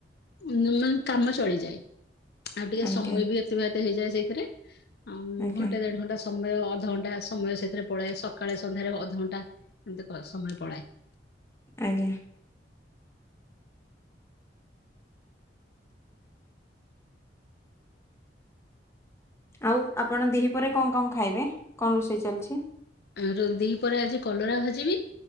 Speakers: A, on the left; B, on the left.
A: ମାନେ କାମ ଚଳିଯାଏ ଆଉ ଟିକେ
B: ଆଜ୍ଞା
A: ସମୟ ବି ଅତିବାହିତ ହେଇଯାଏ ସେଇଥିରେ। ଆଉ
B: ଆଜ୍ଞା
A: ଘଣ୍ଟେ ଦେଢ ଘଣ୍ଟା ସମୟ ଅଧଘଣ୍ଟା ସମୟ ସେଥିରେ ପଳାଏ ସକା ସକାଳେ ସନ୍ଧ୍ୟାରେ ଅଧଘଣ୍ଟା ଏମିତି ସମୟ ପଳାଏ।
B: ଆଜ୍ଞା। ଆଉ ଆପଣ ଦିହି ପହରେ କଣ କଣ ଖାଇବେ କଣ ରୋଷେଇ ଚାଲିଛି?
A: ଆ ଦି ପରେ ଆଜି କଲରା ଭାଜିବି